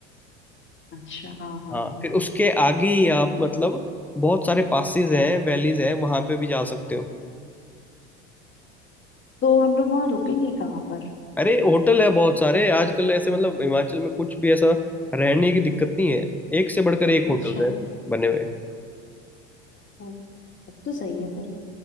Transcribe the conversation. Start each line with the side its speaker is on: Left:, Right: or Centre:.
Left: अच्छा हाँ हाँ
Centre: हाँ
Left: हाँ।
Centre: फिर उसके आगे ही आप मतलब बहुत सारे पासेस हैं वैलीज हैं वहां पे भी जा सकते हो
Left: तो हम लोग वहाँ रुकेंगे कहाँ पर
Centre: अरे होटल है बहुत सारे आजकल ऐसे मतलब हिमाचल में कुछ भी ऐसा रहने की दिक्कत नहीं है एक से बढ़कर एक
Left: अच्छा
Centre: होटल है बने हुए
Left: ओ, अब तो सही है फिर